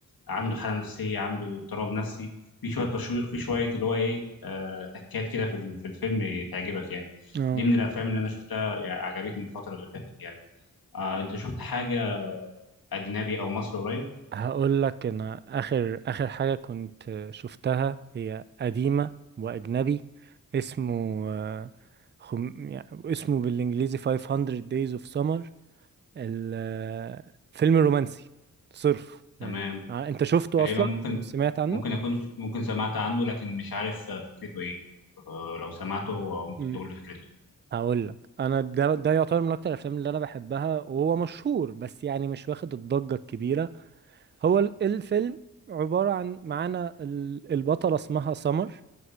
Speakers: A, on the left (about 80°); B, on the right (about 30°).
A: عنده حالة نفسية عنده اضطراب نفسي في شوية تشويق في شوية اللي هو إيه آه تكات كده في ال- في الفيلم تعجبك يعني
B: اه
A: دي من الأفلام اللي أنا شفتها يعني عجبتني الفترة اللي فاتت يعني آه أنت شفت حاجة أجنبي أو مصري قريب؟
B: هقول لك انا اخر اخر حاجه كنت شفتها هي قديمه واجنبي اسمه آه، خم... يعني اسمه بالانجليزي 500 days of summer ال- آه، فيلم رومانسي صرف يعني
A: تمام
B: ع- انت شفته
A: تقريبا
B: اصلا
A: ممكن
B: وسمعت عنه
A: ممكن اكون ممكن سمعت عنه لكن مش عارف آه، فكرته ايه آه، لو سمعته آه، ممكن
B: امم
A: تقول لي فكرته
B: هقول لك انا ده ده يعتبر من اكتر الافلام اللي انا بحبها وهو مشهور بس يعني مش واخد الضجه الكبيره هو ال- الفيلم عباره عن معانا ال- البطله اسمها سمر